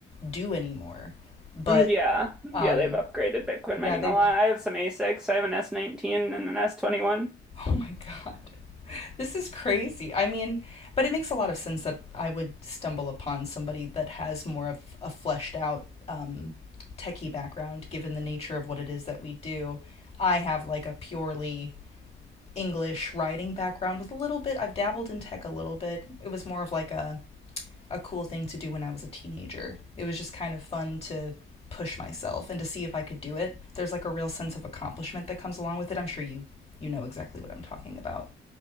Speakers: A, on the left; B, in the centre.
A: do anymore. But
B: Mm, Yeah, yeah,
A: Um,
B: they've upgraded Bitcoin
A: yeah,
B: mining
A: they
B: a lot. I have some ASICs. I have an S19 and an S21.
A: <laughs> Oh my God. <laughs> This is crazy. I mean, but it makes a lot of sense that I would stumble upon somebody that has more of a fleshed out um, techie background, given the nature of what it is that we do. I have like a purely English writing background with a little bit, I've dabbled in tech a little bit. It was more of like a a cool thing to do when I was a teenager. It was just kind of fun to push myself and to see if I could do it. There's like a real sense of accomplishment that comes along with it. I'm sure you you know exactly what I'm talking about.